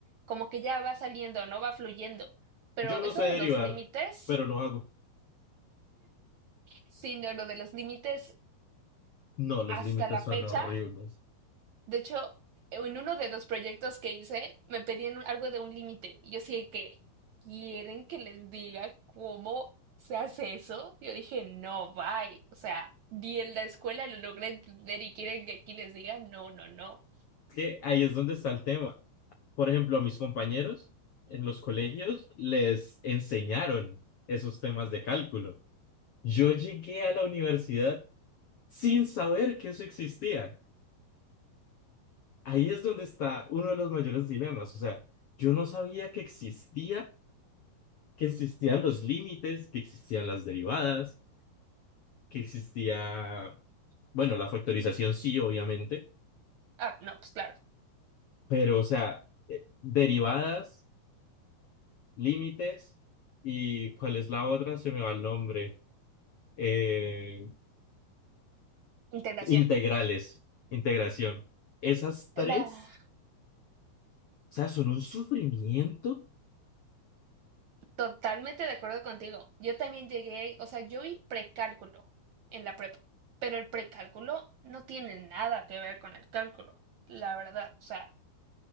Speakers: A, on the right; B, on the left.
A: como que ya va saliendo, no va fluyendo. Pero
B: Yo no
A: eso
B: sé
A: de
B: derivar,
A: los límites,
B: pero lo hago.
A: sí, no, lo de los límites
B: No, los
A: hasta
B: límites
A: la
B: son
A: fecha.
B: horribles.
A: De hecho, en uno de los proyectos que hice, me pedían un- algo de un límite. Y yo sí de que, ¿quieren que les diga cómo se hace eso? Yo dije, no, bye. O sea, ni en la escuela lo logré entender y quieren que aquí les diga, no, no, no.
B: Es que ahí es donde está el tema. Por ejemplo, a mis compañeros en los colegios les enseñaron esos temas de cálculo. Yo llegué a la universidad sin saber que eso existía. Ahí es donde está uno de los mayores dilemas. O sea, yo no sabía que existía, que existían los límites, que existían las derivadas, que existía, bueno, la factorización sí, obviamente,
A: Ah, no, pues claro,
B: pero o sea, eh, derivadas, límites y ¿cuál es la otra? Se me va el nombre. Eh,
A: integración.
B: integrales, integración. Esas tres,
A: La...
B: o sea, son un sufrimiento,
A: Totalmente de acuerdo contigo. Yo también llegué, o sea, yo vi precálculo en la prepa, pero el precálculo no tiene nada que ver con el cálculo, la verdad. O sea,